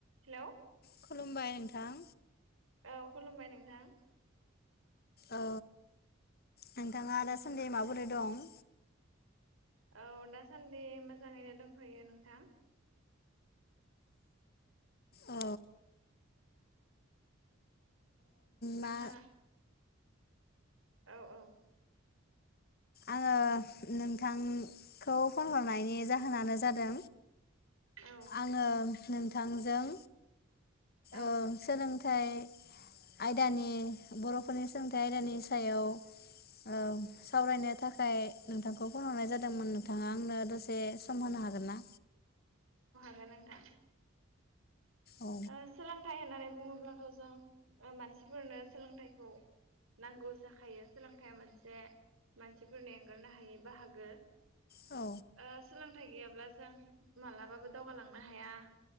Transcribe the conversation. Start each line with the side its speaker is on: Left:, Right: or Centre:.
Right: Hello
Left: खुलुमबाय नोंथां।
Right: औ खुलुमबाय नोंथां।
Left: औ नोंथाङा दासान्दि माबोरै दं?
Right: औ दासान्दि मोजाङैनो दंथ'यो नोंथां।
Left: अ मा
Right: नोंथाङा औ औ
Left: आङो नोंथांखौ फन हरनायनि जाहोनानो जादों।
Right: औ
Left: आङो नोंथांजों
Right: औ
Left: ओ सोलोंथाइ आयदानि बर'फोरनि सोलोंथाइ आयदानि सायाव ओ सावरायनो थाखाय नोंथांखौ फन हरनाय जादोंमोन नोंथाङा आंनो दसे सम होनो हागोन ना?
Right: ओ नोंथां।
Left: औ
Right: ओ सोलोंथाइ होननानै बुङोब्लाथ' जों ओ मानसिफोरनो सोलोंथाइखौ नांगौ जाखायो। सोलोंथाइया मोनसे मानसिफोरनि एंगारनो हायै बाहागो। ओ
Left: औ
Right: सोलोंथाइ गैयाब्ला जों मालाबाबो दावगालांनो हाया।